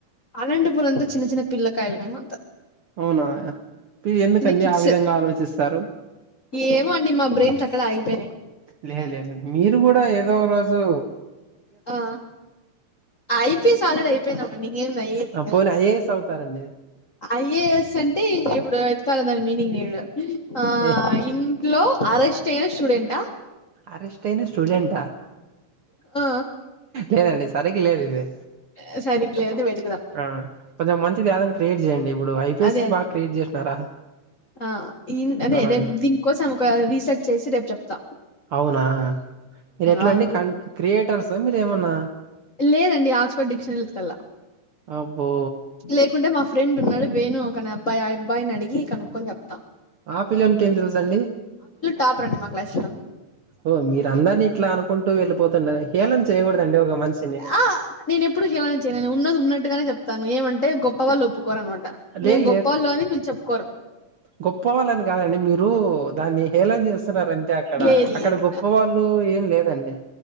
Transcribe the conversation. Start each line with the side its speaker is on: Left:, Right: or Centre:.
Left: అలంటిపూర్ అంతా చిన్న చిన్న పిల్లకాయలు మేమంత
Right: అవునా పి ఎందుకండి
Left: కిడ్స్
Right: ఆ విధంగా ఆలోచిస్తారు
Left: ఏమో అండి మా బ్రెయిన్సక్కడ ఆగిపోయినయి
Right: లేదు లేండి మీరు కూడా ఏదో ఓరోజు
Left: ఆ ఐపి సాలిడైపి పెయినామంటే ఇంగ ఏంది అయ్యేది
Right: ఆ,
Left: ఇంగ
Right: పోనీ ఐఏఎస్ అవుతారండి
Left: ఐఏఎస్ అంటే ఇప్పుడు వెతకాలి దాని మీనింగ్ నేను ఆ
Right: ఏ
Left: ఇన్ లో అరెస్ట్ అయిన స్టూడెంటా
Right: అరెస్ట్ అయిన స్టూడెంట
Left: ఆ
Right: లేదండి సరిగ్ లేదు ఇది
Left: ఆ సరిక లేద వెదుకుదాం
Right: ఆ కొంచెం మంచిది ఏమన క్రియేట్ చేయయండి ఇప్పుడు ఐపీఎస్
Left: అదే అదే
Right: బాగా క్రియేట్ చేసినారా
Left: ఆ ఈన్ అదే
Right: అవునా
Left: రేపు
Right: అండి
Left: దీనికోసం ఒక రీసెర్చ్ చేసి రేపు చెప్తా
Right: అవునా మీరు ఎట్లా
Left: అవును
Right: అండి కన్ క్రియేటర్స మీరు ఏమన్నా
Left: లేదండి ఆక్స్ఫర్డ్ డిక్షనరీల వెతకాల
Right: అబ్బో
Left: లేకుంటే మా ఫ్రెండ్ ఉన్నాడు వేను ఒకన అబ్బాయి ఆ అబ్బాయిని అడిగి కనుక్కొని చెప్తాం
Right: ఆ పిల్లోనికి ఏం తెలుసండీ
Left: టాపర్ అండి మా క్లాస్ లో
Right: ఓ మీరు అందరినీ ఇట్లా అనుకుంటూ వెళ్ళిపోతుండ హేళన చేయకూడదండి ఒక మనిషిని
Left: ఆ నేను ఎప్పుడు హీళన చేయను ఉన్నది ఉన్నట్టుగానే చెప్తాను ఏమంటే గొప్పళ్ళు ఒప్పుకోర అమాట్ట
Right: లేదు
Left: మేము గొప్పవాళ్ళు అని వీళ్ళు చెప్పుకోరు
Right: గొప్ప వాళ్ళని కాదండి మీరు దాన్ని హేళన చేస్ స్తునారు అంతె అక్కడ
Left: లేదు
Right: అక్కడ
Left: లేదు
Right: గొప్ప వాళ్ళు ఏం లేదండి